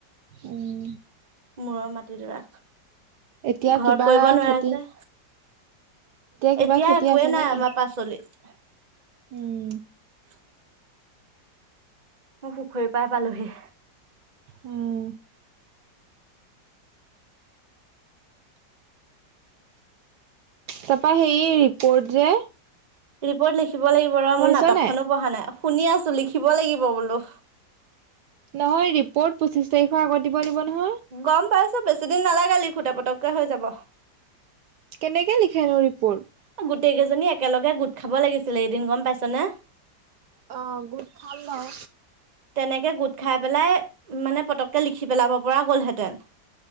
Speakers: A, on the right; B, on the right.
A: উম।
B: মূৰৰ মাটিডৰা,
A: এতিয়া
B: ঘৰত
A: কিবা
B: কৰিব নোৱাৰে
A: খেতি
B: যে।
A: কিবা
B: এতিয়া
A: খেতি
B: একোৱেই
A: আছে
B: নাই
A: নেকি?
B: আমাৰ পাচলিত।
A: উম
B: <unintelligible> মই পুখুৰী পাৰ পালোহি।
A: উম। তাৰপা সেই ৰিপৰ্ট যে।
B: ৰিপৰ্ট লিখিব লাগিব ৰ,
A: শুনিছ
B: মই নাটকখনো
A: নাই
B: পঢ়া নাই। শুনি আছো, লিখিব লাগিব বোলো।
A: নহয় ৰিপৰ্ট পঁচিশ তাৰিখৰ আগত দিব লাগিব নহয়!
B: গম পাইছো, বেছি দিন নালাগে লিখোতে, পতককে হৈ যাব।
A: কেনেকে লিখেনো ৰিপৰ্ট?
B: গোটেই কেইজনী একেলগে গোট খাব লাগিছিলে এদিন গম পাইছ নে?
A: অ' গোট খাম বাউ।
B: তেনেকে গোট খাই পেলাই মানে পতককৈ লিখি পেলাব পৰা গ'লহেঁতেন।